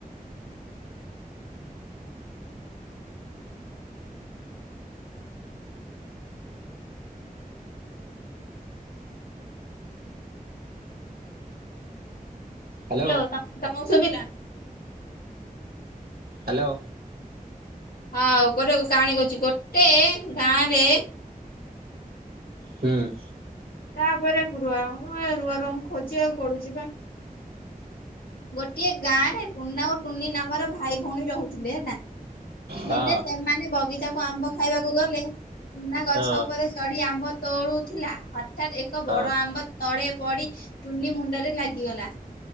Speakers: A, on the right; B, on the left.
A: Hello
B: hello. ତ-ତମେ ମକୁ ଶୁଭିଲା?
A: ହାଲୋ।
B: ହଁ, ଗୋଟେ କାହାଣି କହୁଚି। ଗୋଟେ ଗାଁ ରେ
A: ହୁଁ।
B: ତାପରେ ରୁଆ ରୁଆ ରୁମ ଖୋଜିବାକୁ ପଡୁଚି ବା। ଗୋଟିଏ ଗାଁ ରେ ଟୁନା ଓ ଟୁନି ନାମର ଭାଇ ଭଉଣୀ ରହୁଥିଲେ, ହେଲା।
A: ହଁ
B: ଦିନେ ସେମାନେ ବଗିଚାକୁ କୁ ଆମ୍ବ ଖାଇବାକୁ ଗଲେ ଟୁନା ଗଛ
A: ହଁ
B: ଉପରେ ଚଢି ଆମ୍ବ ତୋଳୁଥିଲା ହ ହଠାତ୍, ଏକ
A: ହଁ
B: ବଡ ଆମ୍ବ ତଳେ ପଡି ଟୁନି ମୁଣ୍ଡରେ ଲାଗିଗଲା।